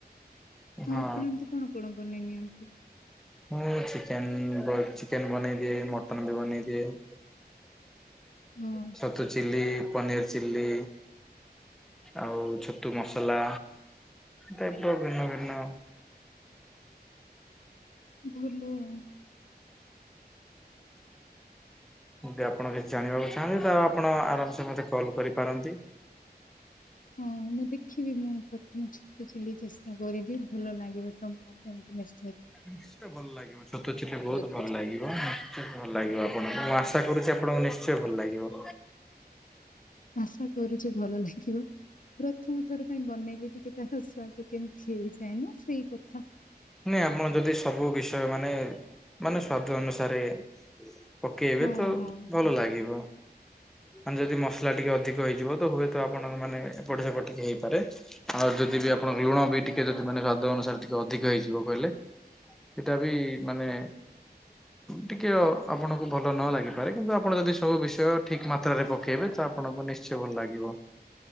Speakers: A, on the left; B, in the centre.
A: -
B: ହଁ
A: ଆଉ ଆପଣ ଏମତି କଣ କଣ ବନେଇ ନିଅନ୍ତି?
B: ମୁଁ ଚିକେନ୍ ବ-ଚିକେନ୍ ବନେଇଦିଏ ମଟନ ବି ବନେଇ ଦିଏ। ହ
A: ହଁ।
B: ଛତୁ ଚିଲ୍ଲି, ପନିର୍ ଚିଲ୍ଲି ଆଉ ଛତୁ ମସଲା ଟାଇପ୍ ର ଭିନ୍ନ ଭିନ୍ନ
A: ଭଲ ଆଉ।
B: ଯଦି ଆପଣ କିଛି ଜାଣିବାକୁ ଚାହାଁନ୍ତି ତ ଆପଣ ଆରାମ୍ ସେ ମତେ କଲ୍ କରିପାରନ୍ତି।
A: ହଁ ମୁଁ ଦେଖିବି ମୁଁ ପ୍ରଥମେ ଛତୁ ଚିଲ୍ଲୀ ଚେଷ୍ଟା କରିବି ଭଲ ଲାଗିବ ତମ ଫୋନ୍ କୁ ମେସେ
B: ନିଶ୍ଚୟ ଭଲ ଲାଗିବ ଛତୁ ଚିଲ୍ଲୀ
A: ଆଉ
B: ବହୁତ୍
A: ଯଦି
B: ଭଲ
A: କିଛି
B: ଲାଗିବ ନିଶ୍ଚୟ
A: ଭୁଲ
B: ଭଲ ଲାଗିବ ଆପଣଙ୍କୁ ମୁଁ ଆଶ୍ ଆଶା କରୁଚି ଆପଣଙ୍କୁ ନିଶ୍ଚୟ ଭଲ୍ ଲାଗିବ।
A: ଆଶା କରୁଚି ଭଲ ଲାଗିବ। ପ୍ରଥମ ଥର ପାଇଁ ବନେଇଲେ ଟିକେ ତାର ସ୍ଵାଦ କେମିତି ହେଇଯାଏ ନା ସେଇ କଥା।
B: ନାଁଇ ଆମର ଯଦି ସବୁ ବିଷୟ ମାନେ- ମାନେ ସ୍ଵାଦ ଅନୁସାରେ ପକେଇବେ
A: ହଁ
B: ତ
A: ହଁ
B: ଭଲ ଲାଗିବ ମାନେ ଯଦି ମସଲା ଟିକେ ଅଧିକ ହେଇଯିବ ତ ହୁଏ ତ ଆପଣଙ୍କ ମାନେ ଏପଟ ସେପଟ୍ ଟିକେ ହେଇପାରେ। ଆଉ ଯଦି ବି ଆପଣ ଲୁଣ ବି ଟିକେ ଯଦି ମାନେ ସ୍ଵାଦ ଅନୁସାରେ ଟିକେ ଅଧିକ ହେଇଯି ଯିବ କହିଲେ ସେଟା ବିି ମାନେ ଟିକେ ଅ-ଆପଣଙ୍କୁ ଭଲ ନ ଲାଗିପାରେ କିନ୍ତୁ ଆପଣ ଯଦି ସବୁ ବିଷୟ ଠିକ୍ ମାତ୍ରାରେ ପକେଇବେ ତା ଆପଣଙ୍କୁ ନିଶ୍ଚୟ ଭଲ ଲାଗିବ।